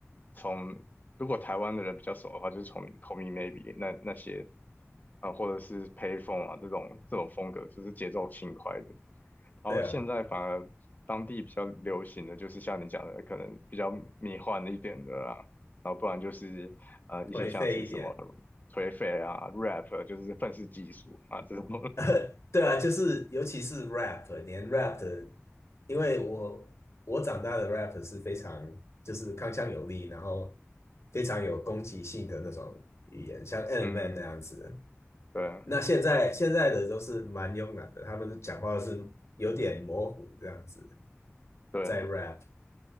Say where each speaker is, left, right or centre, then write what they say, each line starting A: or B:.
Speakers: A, on the left; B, on the left.
A: 从如果台湾的人比较熟的话，就是从 Call Me Maybe 那那些啊、或者是 Payphone 啊这种这种风格，就是节奏轻快的。然后现在反而当地比较流行的就是像你讲的，
B: <laughs> 对啊，
A: 可能比较迷幻一点的啊，然后不然就是呃一些像是什么
B: 颓废一点。
A: 颓废啊、rap 就是愤世嫉俗啊这种，
B: <laughs> 对啊，就是尤其是 rap，连 rap 的，因为我我长大的 rap 是非常就是铿锵有力，然后非常有攻击性的那种语言，像 e m
A: <laughs> 嗯，
B: i n Man 那样子
A: 对
B: 那现在现在的都是蛮慵懒的，他们讲话是有点模糊这样子，
A: 对，
B: 在 rap，